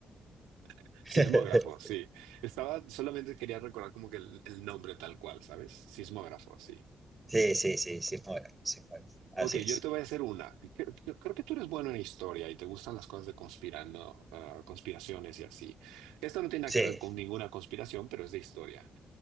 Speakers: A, on the right; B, on the right.
A: <laughs>
B: <laughs>
A: Sismógrafo, sí. Estaba, solamente quería recordar como que el, el nombre tal cual, ¿sabes? Sismógrafo, sí.
B: Sí, sí, sí, sismógrafo, sismógrafo. Así
A: Ok, yo
B: es.
A: te voy a hacer una. Creo, creo- creo que tú eres bueno en historia y te gustan las cosas de conspirando, ah, conspiraciones y así. Esto no tiene nada
B: Sí,
A: que ver con ninguna conspiración, pero es de historia.